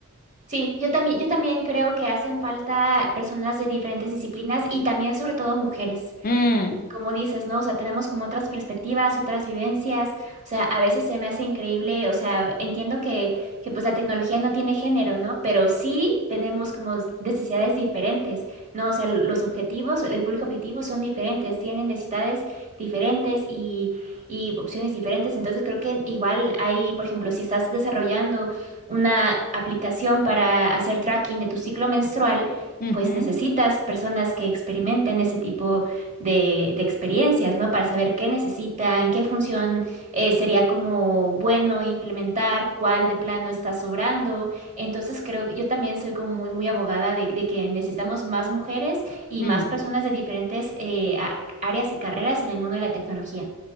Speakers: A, on the right (about 35°); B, on the left (about 40°).
A: Sí, yo también, yo también creo que hacen falta personas de diferentes disciplinas y también sobre todo mujeres.
B: Mm.
A: Como dices, ¿no? O sea, tenemos como otras perspectivas, otras vivencias. O sea, a veces se me hace increíble, o sea, entiendo que, que pues la tecnología no tiene género, ¿no? Pero sí tenemos como necesidades diferentes, ¿no? O sea, l- los objetivos, el público objetivo son diferentes, tienen necesidades diferentes y, y opciones diferentes. Entonces creo que igual hay, por ejemplo, si estás desarrollando una aplicación para hacer tracking de tu ciclo menstrual,
B: Ujú,
A: pues necesitas personas que experimenten ese tipo de, de experiencias, ¿no? Para saber qué necesitan, qué función eh, sería como bueno implementar, cuál de plano está sobrando. Entonces creo que yo también soy como muy, muy abogada de, de que necesitamos más mujeres y
B: ujú.
A: más personas de diferentes eh, a- áreas y carreras en el mundo de la tecnología.